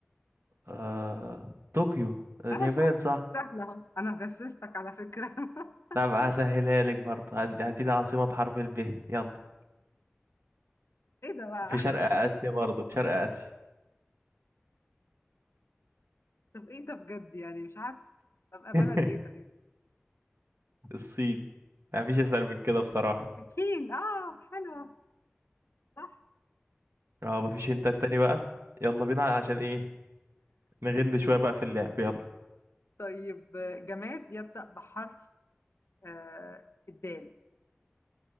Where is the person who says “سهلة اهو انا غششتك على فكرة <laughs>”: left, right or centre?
Left